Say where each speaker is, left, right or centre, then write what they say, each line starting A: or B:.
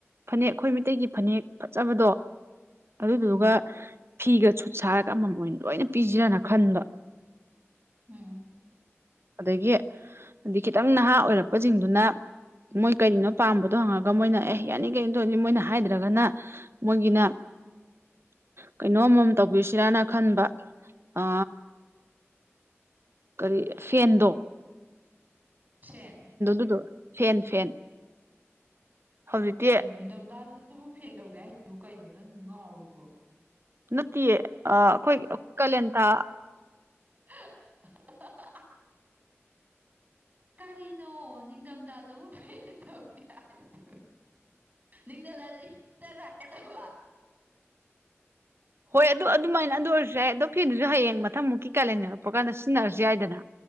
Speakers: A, on the right; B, on the right.
A: ꯐꯅꯦꯛ ꯑꯩꯈꯣꯏ ꯃꯩꯇꯩꯒꯤ ꯐꯅꯦꯛ ꯐꯖꯕꯗꯣ ꯑꯗꯨꯗꯨꯒ
B: ꯎꯝ
A: ꯐꯤꯒ ꯁꯨꯠ ꯁꯥꯔꯒ ꯑꯃꯃꯝ ꯑꯣꯏꯅ ꯂꯣꯏꯅ ꯄꯤꯁꯤꯔꯅ ꯈꯟꯕ
B: ꯎꯝ
A: ꯑꯗꯒꯤ ꯑꯩ ꯈꯤꯇꯪ ꯅꯍꯥ ꯑꯣꯏꯔꯛꯄꯁꯤꯡꯗꯨꯅ ꯃꯣꯏ ꯀꯔꯤꯅꯣ ꯄꯥꯝꯕꯗꯣ ꯍꯪꯉꯒ ꯃꯣꯏꯅ ꯑꯦꯍ ꯌꯥꯅꯤ ꯀꯩꯅꯣ ꯇꯧꯅꯤ ꯃꯣꯏꯅ ꯍꯥꯏꯗ꯭ꯔꯒꯅ ꯃꯒꯤꯅ ꯀꯩꯅꯣꯝꯃꯝ ꯇꯧꯕꯤꯁꯤꯔꯥꯅ ꯈꯟꯕ ꯑ ꯀꯔꯤ ꯐꯦꯟꯗꯣ
B: ꯇ꯭ꯔꯦꯟ
A: ꯑꯗꯨ ꯐꯦꯟ ꯐꯦꯟ ꯍꯧꯖꯤꯛꯇꯤ
B: ꯀꯔꯤꯅꯣ ꯅꯤꯡꯊꯝꯊꯥꯗꯨꯗꯕꯨ ꯐꯦꯜ ꯇꯧꯒꯦ ꯍꯥꯏꯁꯤꯕꯨ ꯀꯩꯅꯣ ꯅꯪ ꯉꯥꯎꯨꯕ꯭ꯔꯣ
A: ꯅꯠꯇꯦꯌꯦ ꯑꯩꯈꯣꯏ ꯀꯥꯂꯦꯟ ꯊꯥ
B: <unintelligible>
A: <unintelligible>
B: ꯀꯔꯤꯅꯣ ꯅꯤꯡꯊꯝꯊꯥꯗꯕꯨ ꯐꯦꯟ ꯇꯧꯒꯦ ꯍꯥꯏꯁꯨ ꯅꯤꯡꯅ ꯂꯇꯔꯒꯗꯧꯕ
A: ꯍꯣꯏ ꯑꯗꯨ ꯑꯗꯨꯃꯥꯏꯅ ꯑꯗꯨ ꯑꯣꯏꯔꯁꯨ ꯌꯥꯏ ꯑꯗꯣ ꯐꯤꯗꯨꯁꯨ ꯍꯌꯦꯡ ꯃꯊꯪꯃꯨꯛꯀꯤ ꯀꯥꯂꯦꯟꯟꯅꯔꯛꯄ ꯀꯥꯟꯗ ꯁꯤꯖꯤꯟꯅꯔꯁꯨ ꯌꯥꯏꯗꯅ